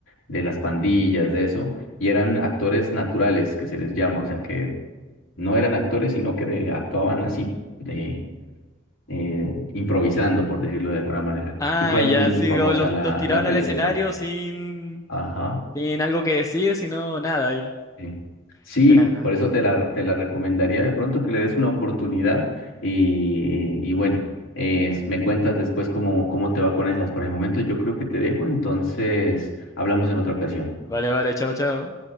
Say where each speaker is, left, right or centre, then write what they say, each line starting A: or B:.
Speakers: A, on the left (about 75°); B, on the left (about 15°).
A: de las pandillas, de eso. Y eran actores naturales, que se les llama, o sea que no eran actores, sino que de- actuaban así. De, eh, improvisando, por decirlo de alguna manera.
B: Ah,
A: Y fue
B: ya,
A: muy, muy
B: sí,
A: famosa
B: como los,
A: la,
B: los tiraban
A: la película.
B: al escenario sin,
A: Ajá,
B: sin algo que decir, sino nada ahí.
A: sí. Sí,
B: Ya.
A: por eso te la, te la recomendaría de pronto que le des una oportunidad y, y bueno, eh, me cuentas después cómo, cómo te va con esas. Por el momento yo creo que te dejo, entonces hablamos en otra ocasión.
B: Vale, vale, chao, chao.